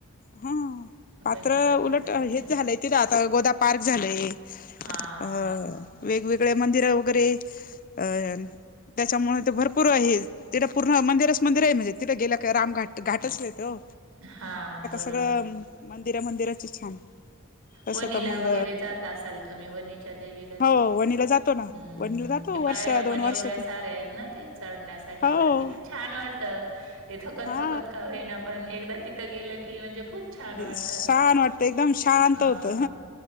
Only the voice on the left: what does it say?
हां पात्र
उलट
हेच झालंय तिथ आता गोदा पार्क झालंय.
अ वेगवेगळे मंदिर वगैरे अ त्याच्यामुळे ते भर पूर आहे. तिथं पूर्ण मंदिरच मंदिर आहे म्हणे तिथ गेल का रामघाट घाटच येते वो.
सगळं मंदिरा मंदिराची छान. तसं
तर मग
हो
वणीला जातो
ना वणीला जातो
वर्ष
दोन
वर्षातून
हो
हा
छान
वाटतं एकदम शांत
होत.